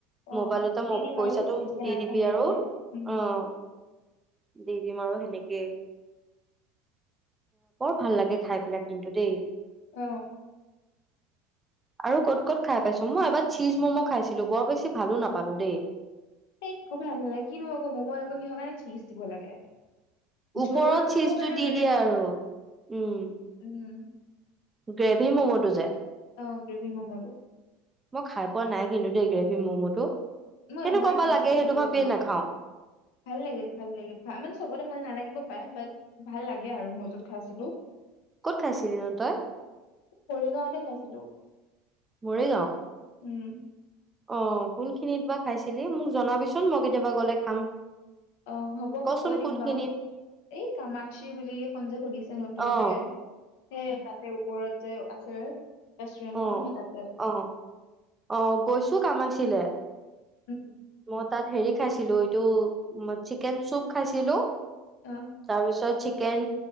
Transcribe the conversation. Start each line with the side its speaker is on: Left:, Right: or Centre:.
Left: অ
Right: মোবাইলতে
Left: দি
Right: মব
Left: দিম
Right: পইচাটো
Left: আৰু স্কেনাৰখন
Right: দি দিবি আৰু
Left: পেলাই উম
Right: অ' দি দিম আৰু সেনে <unintelligible> ভাল লাগে খাই পেলাই কিন্তু দেই।
Left: অ'।
Right: আৰু ক'ত ক'ত খাই পাইছ? মই এবাৰ চীজ মম' খাইছিলো বৰ বেছি ভালো নাপালো দেই।
Left: এই একো ভাল নালাগে কিনো আকৌ মম'ত আকৌ কিহৰ কাৰণে চিজ দিব লাগে।
Right: ওপৰত
Left: ঝোল ম'ম'
Right: চিজটো
Left: হলে
Right: দি
Left: বেলেগ
Right: দিয়ে
Left: কথা
Right: আৰু, উম।
Left: উম
Right: গ্ৰেভি ম'ম'টো যে।
Left: অ গ্ৰেভি ম'ম'টো
Right: মই খাই পোৱা নাই কিন্তু দেই গ্ৰে <unintelligible> মম'টো।
Left: মই
Right: কেনেকুৱা
Left: এবাৰ
Right: বা
Left: খাইছিলো
Right: লাগে সেইটো
Left: ভাল
Right: ভাবিয়ে
Left: লাগিল,
Right: নাখাও
Left: ভাল লাগিল ভাল লাগিল ভা মানে চবৰে ভাল নালাগিব পাৰে বাত ভাল লাগে আৰু মই যত খাইছিলোঁ।
Right: কত খাইছিলি নু তই?
Left: মৰিগাঁৱতে খাইছিলো
Right: মৰিগাঁও?
Left: উম।
Right: অঁ কোনখিনিত বা খাইছিলি মোক জনাবিচোন মই কেতিয়াবা গলে খাম।
Left: অঁ হ'ব
Right: কচোন
Left: মই কৈ দিম
Right: কোনখিনিত
Left: বাৰু, ‌ এই কামাক্চি বুলি এখন যে খুলিছে নতুনকে
Right: অ
Left: সেই তাতে ওপৰত। যে আছে। ৰেষ্টুৰেন্টখন
Right: অঁ,
Left: সেই তাতে
Right: অঁ, অঁ, গৈছো কামাক্চিলে। ‌
Left: উম
Right: মই তাত হেৰি খাইছিলো এইটো উম- চিকেন চুপ খাইছিলো।
Left: অ
Right: তাৰপিছত চিক চিকেন,